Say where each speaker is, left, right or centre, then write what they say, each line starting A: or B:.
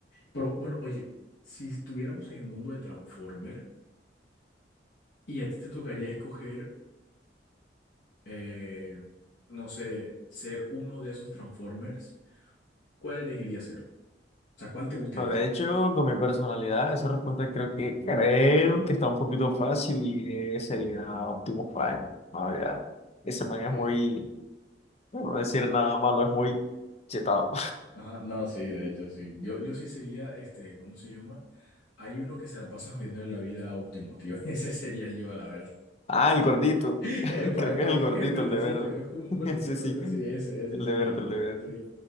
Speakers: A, on the left; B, on the left.
A: Pero bueno, oye, si estuviéramos en el mundo de Transformer y a ti te tocaría escoger. eh, no sé, ser uno de esos Transformers, ¿cuál elegiría ser? O sea, ¿cuál te gustaría
B: No, de
A: ser?
B: hecho, con mi personalidad, esa respuesta creo que creo que está un poquito fácil y eh, sería Optimus Prime. Ah, ya. Ese man
A: Ok.
B: es muy, no voy a decir nada malo, es muy chetado.
A: Ajá, no, sí, de hecho, sí. Yo, yo sí sería, este, ¿cómo se llama? Hay uno que se la pasa jodiendo la vida a Optimus, tío. <laughs> Ese sería yo, la verdad.
B: Ah, el gordito.
A: <laughs> Epa,
B: <laughs> Creo
A: epa,
B: que es
A: le-
B: el
A: creo
B: gordito,
A: que es el verdecito,
B: el de verde.
A: creo que es como un
B: <laughs>
A: verdecito
B: Ese sí.
A: o algo así. Ese, ese
B: El
A: sería
B: de verde,
A: yo.
B: el de verde.
A: Estoy,